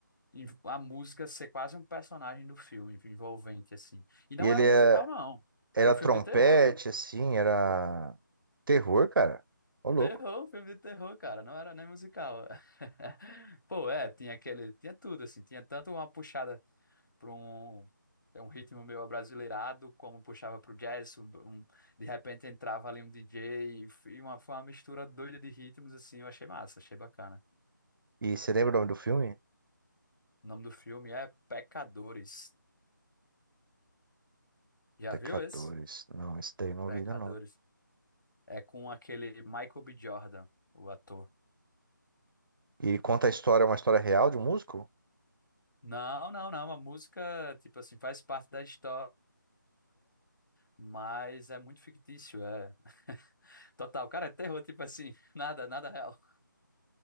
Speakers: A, on the left (about 70°); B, on the right (about 85°).
A: E A música ser quase um personagem do filme, envolvente, assim. E não
B: E ele
A: era um
B: é-
A: musical, não.
B: era
A: Era um filme
B: trompete,
A: de terror, viu?
B: assim, era terror, cara. Ô, louco.
A: Terror, filme de terror, cara, não era nem musical. <laughs> Pô, é, tinha aquele, tinha tudo, assim, tinha tanto uma puxada para um, é um ritmo meio abrasileirado, como puxava pro jazz, um- um- de repente entrava ali um DJ, e f- e uma, foi uma mistura doida de ritmos, assim, eu achei massa, achei bacana.
B: E você lembra o nome do filme?
A: O nome do filme é Pecadores. Já
B: Pecadores.
A: viu esse?
B: Não, esse daí eu não
A: Pecadores.
B: vi ainda não.
A: É com aquele Michael B. Jordan, o ator.
B: E conta a história, uma história real de um músico?
A: Não, não, não, a música, tipo assim, faz parte da história mas é muito fictício, é <laughs> total. Cara, é terror, tipo assim, <laughs> nada, nada real.